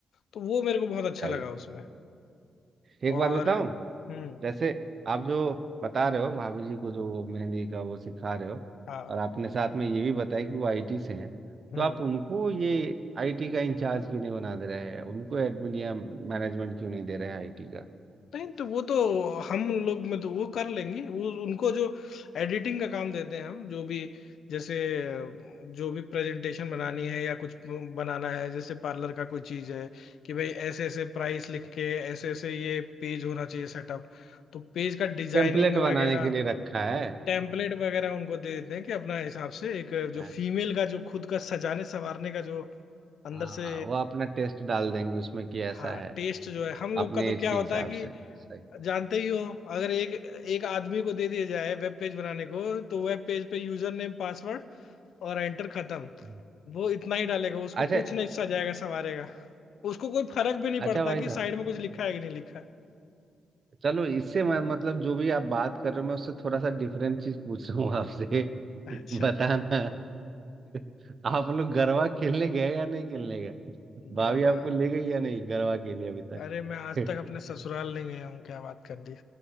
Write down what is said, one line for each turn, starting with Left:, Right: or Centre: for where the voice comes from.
Left: तो वो मेरे को बहुत अच्छा
Right: सही
Left: लगा उसमें
Right: एक
Left: और
Right: बात बताऊं
Left: हम्म
Right: जैसे आप जो बता रहे हो भाभी जी को जो मेहंदी का वो सिखा रहे हो
Left: हाँ
Right: और आपने साथ में ये भी बताया कि वो आईटी से हैं
Left: हम्म
Right: तो आप उनको ये आईटी का इंचार्ज क्यों नहीं बना दे रहे हैं उनको एडमिन या मैनेजमेंट क्यों नहीं दे रहे हैं आईटी का
Left: नहीं तो वो तो हम लोग में तो वो कर लेंगे वो उनको जो एडिटिंग का काम देते हैं हम जो भी जैसे जो भी प्रेजेंटेशन बनानी है या कुछ बनाना है जैसे पार्लर का कोई चीज है कि भाई ऐसे ऐसे प्राइस लिख के ऐसे ऐसे ये पेज होना चाहिए सेटअप तो पेज का डिजाइनिंग
Right: पेम्पलेट
Left: वगैरह
Right: बनाने के लिए रखा है
Left: टेम्पलेट वगैरह उनको दे देते हैं कि अपना हिसाब से एक जो
Right: अच्छा
Left: फीमेल का जो खुद का सजाने संवारने का जो अंदर
Right: हाँ
Left: से
Right: वो अपना टेस्ट डाल देंगे उसमें कि
Left: हाँ
Right: ऐसा है
Left: टेस्ट जो है हम लोग
Right: अपने
Left: का तो
Right: एज
Left: क्या
Right: के
Left: होता
Right: हिसाब
Left: है कि
Right: से सही
Left: जानते ही हो अगर एक एक आदमी को दे दिया जाए वेब पेज बनाने को तो वेब पेज पे यूजर नेम पासवर्ड और एंटर खत्म
Right: हम्म।
Left: वो इतना ही डालेगा उसको
Right: अच्छा
Left: कुछ नहीं सजाएगा संवारेगा उसको कोई फर्क भी नहीं
Right: अच्छा
Left: पड़ता
Right: भाई
Left: कि
Right: साहब
Left: साइड में कुछ लिखा है कि नहीं लिखा है
Right: चलो इससे मैं मतलब जो भी आप बात कर रहे हो मैं उससे थोड़ा सा डिफरेंट चीज पूछ रहा हूँ आपसे
Left: <laughs> अच्छा
Right: <laughs> बताना <laughs> आप लोग गरबा खेलने गए या नहीं खेलने गए भाभी
Left: गरबा
Right: आपको ले गई या नहीं गरबा के लिए अभी
Left: अरे मैं
Right: तक
Left: आज तक अपने
Right: <laughs>
Left: ससुराल नहीं गया हूँ क्या बात कर दी